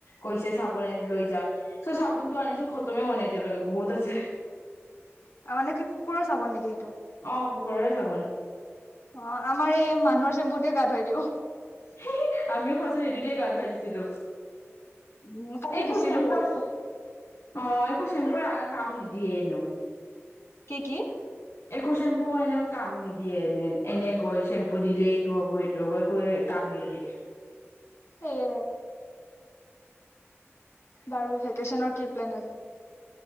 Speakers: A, on the left (about 90°); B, on the left (about 65°).
A: কৈছে চাবোন লৈ যাক স চাবুন তো আনিছো খতমে হোৱা নাই এতিয়ালৈকে বহুত আছে
B: মানে কি কুকুৰৰ চাবন নেকি
A: অ কুকুৰৰে চাবোন
B: অ আমাৰ এই মানুহৰ চেম্প গা ধুৱাই দিব
A: <unintelligible> আমিও ফাৰচত সেইটো দিয়ে গা ধুৱাই দিছিলো
B: উম কালি
A: একো
B: দিছিলো
A: চেম্পু
B: বাৰু।
A: আ অ একো চেম্পুয়ে কাম নিদিয়ে এনেও
B: কি কি
A: একো চেম্পু এনেক কাম নিদিয়ে এনে এনেকৈ চেম্পু দিলে এইটো হব এইটো হ'ব ক কাম নিদিয়ে
B: সেয়ে বাৰু ভেকেশচনৰ কি প্লেন